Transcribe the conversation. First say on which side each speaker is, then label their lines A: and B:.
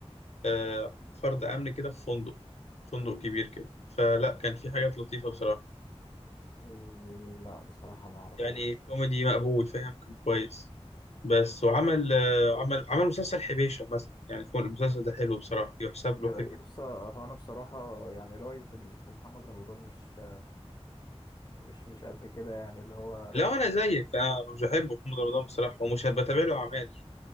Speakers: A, on the left; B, on the left.
A: آه، فرد أمن كده في فندق فندق كبير كده فلا كان في حاجات لطيفة بصراحة
B: م، لا بصراحة ما اعرفوش
A: يعني كوميدي مقبول فاهم كان كويس بس وعمل آه، عمل عمل مسلسل حبيشة مثلا يعني فوق المسلسل ده حلو بصراحة يحسب
B: يا
A: له حلو
B: لسه هو انا بصراحة يعني رأيي في ال- في محمد رمضان مش مش مش قد كده يعني اللي هو
A: لا أنا زيك أنا مش بحب محمد رمضان بصراحة ومش بتابع له أعمال
B: مش